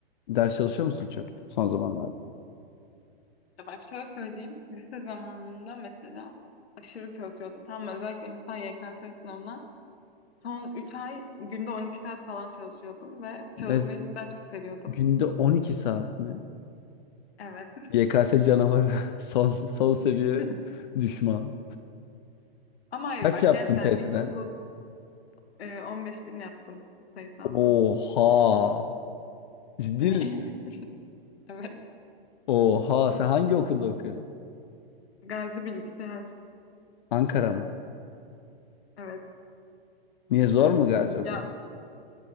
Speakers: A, on the left; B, on the left.
A: ders çalışıyor musun çok son zamanlarda?
B: Ya bak şöyle söyleyeyim. Lise zamanında mesela aşırı çalışıyordum. Tam özellikle mesela YKS sınavına son 3 ay günde 12 saat falan çalışıyordum ve çalışmayı
A: Ne,
B: cidden çok seviyordum.
A: günde 12 saat mi?
B: Evet.
A: YKS canavarı <laughs> son son seviye
B: <laughs>
A: düşman.
B: Ama hayır
A: Kaç
B: bak
A: yaptın
B: gerçekten
A: TYT'den?
B: ilkokul e, on beş bin yaptım sayısalda.
A: Oha. Ciddi
B: Niye?
A: misin?
B: <laughs> Evet.
A: Oha sen hangi okulda okuyorsun?
B: Gazi bilgisayar.
A: Ankara mı?
B: Evet.
A: Niye zor mu Gazi o
B: Ya
A: kadar?